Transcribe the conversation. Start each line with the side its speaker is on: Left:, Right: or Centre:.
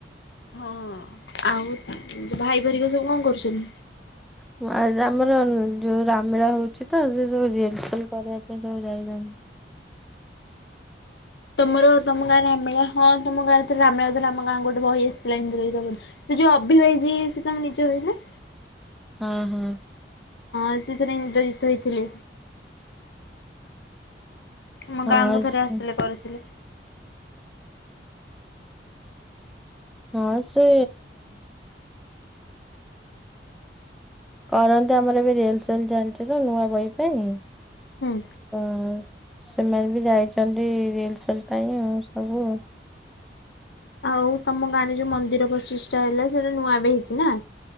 Left: ହଁ ଆଉ ଭାଇ ଭେରିକା ସବୁ କଣ କରୁଛନ୍ତି?
Centre: ହ ଓ ଆଜ୍ ଆମର ଯୋଉ ରାମ୍ ମେଳା ହୋଉଛି ତ ସେ ସବୁ ରିଅଲ୍ ସେଲ୍ କ କ <unintelligible> କ ସବୁ ଯାଇଛନ୍ତି।
Left: ତମର ତମ ଗାଁରେ ରାମ୍ ମେଳା ହଁ ତମ ଗାଁରେ ଯେତେବେଳ ରାମ୍ ମେଳା ହୋଉଥିଲା ଆମ ଗାଁକୁ ଗୋଟେ ବହି ଆସିଥିଲା ଇନ୍ଦ୍ରଜିତବଧ। ସେ ଯୋଉ ଅଭି ଭାଇ ଯିଏ ସେ ତମ ନିଜ ଭାଇ ନା।
Centre: ହଁ ହଁ।
Left: ହଁ ସେଥିରେ ଇନ୍ଦ୍ରଜିତ ହେଇଥିଲେ। ଆମ
Centre: ହଁ
Left: ଗାଁକୁ ଥରେ
Centre: ସେ
Left: ଆସିଥିଲେ କରିଥିଲେ।
Centre: ହଁ ସେ କରନ୍ତି ଆମର ଏବେ ରିଆଲ୍ ସେଲ୍ ଚାଲିଚି ତ ନୂଆ ବହି ପାଇଁ।
Left: ହୁଁ।
Centre: ତ ସେମାନେ ବି ଯାଇଛନ୍ତି ରିଅଲ୍ ସେଲ୍ ପାଇଁ ଆଉ ସବୁ ଆଉ।
Left: ଆଉ ତମ ଗାଁ ରେ ଯୋଉ ମନ୍ଦିର ପଚିଶ୍ ଟା ହେଲା ସେଇଟା ନୂଆ ବି ହେଇଛି ନା?